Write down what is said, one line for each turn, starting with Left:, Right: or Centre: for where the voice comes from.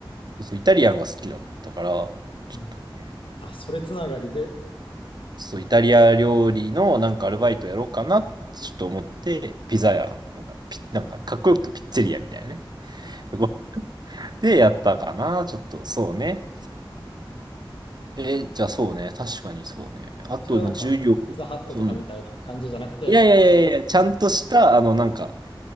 Right: そう、イタリアンが好きだったから、ちょっとね
Left: うん。あ、それつながりで、
Right: そう、イタリア料理のなんかアルバイトやろうかなってちょっと思って、ピザ屋、なんかピ、なんかかっこよくてピッツェリアみたいなね。ごで、やったかな、ちょっと、そうね。えーじゃあそうね、確かにそうね。あと、
Left: それはなんか、
Right: まあ重量、
Left: ピザハットとかみたいな感じじゃなくて、
Right: うん。いやいやいやいや、ちゃんとした、あの、なんか、
Left: やってきた。